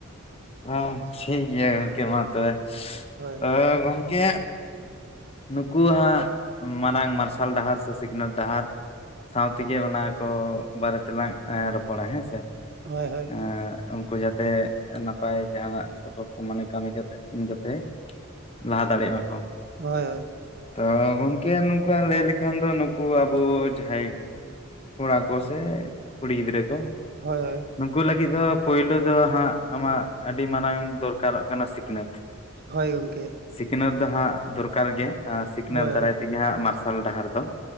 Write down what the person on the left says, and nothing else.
ᱦᱚᱸ ᱴᱷᱤᱠ ᱜᱮᱭᱟ ᱜᱚᱢᱠᱮ ᱢᱟ ᱛᱚᱵᱮ
ᱛᱚ ᱜᱚᱝ ᱠᱮ ᱱᱩᱠᱩᱣ ᱦᱟᱜ ᱢᱟᱨᱟᱝ ᱢᱟᱨᱥᱟᱞ ᱰᱟᱦᱟᱨ ᱥᱮ ᱥᱤᱠᱷᱱᱟᱹᱛ ᱰᱟᱦᱟᱨ ᱥᱟᱶ ᱛᱮᱜᱮ ᱚᱱᱟ ᱠᱚ ᱵᱟᱨᱮ ᱛᱮᱞᱟᱝ ᱨᱚᱯᱚᱲᱟ ᱦᱮᱸ ᱥᱮ?
ᱮᱸ ᱩᱱᱠᱩ ᱡᱟᱛᱮ ᱱᱟᱯᱟᱭ ᱡᱟᱦᱟ ᱥᱟᱯᱟᱯ ᱠᱚ ᱢᱟᱱᱮ ᱠᱟᱹᱢᱤ ᱠᱟᱛᱮ ᱡᱟᱛᱮ ᱞᱟᱦᱟ ᱫᱟᱲᱮᱜ ᱢᱟᱠᱚ᱾
ᱛᱚ ᱜᱚᱝᱠᱮ ᱱᱚᱝᱠᱟ ᱞᱟᱹᱭ ᱞᱮᱠᱷᱟᱱ ᱫᱚ ᱱᱩ ᱠᱚ ᱟᱵᱚ ᱡᱟᱦᱟᱸᱭ ᱠᱚᱲᱟ ᱠᱚ ᱥᱮ ᱠᱩᱲᱤ ᱜᱤᱫᱽᱨᱟᱹ ᱠᱚ,
ᱱᱩᱠᱩ ᱞᱟᱹᱜᱤᱫ ᱫᱚ ᱯᱳᱭᱞᱳ ᱫᱚ ᱦᱟᱸᱜ ᱟᱢᱟᱜ ᱟᱹᱰᱤ ᱢᱟᱨᱟᱝ ᱫᱚᱨᱠᱟᱨᱚᱜ ᱠᱟᱱᱟ ᱥᱤᱠᱷᱱᱟᱹᱛ᱾
ᱥᱤᱠᱷᱱᱟᱹᱛ ᱫᱚ ᱦᱟᱸᱜ ᱫᱚᱨᱠᱟᱨ ᱜᱮ ᱥᱤᱠᱷᱱᱟᱹᱛ
ᱫᱟᱨᱟᱭ ᱛᱮᱜᱮ ᱦᱟᱸᱜ ᱢᱟᱨᱥᱟᱞ ᱰᱟᱦᱟᱨ ᱫᱚ᱾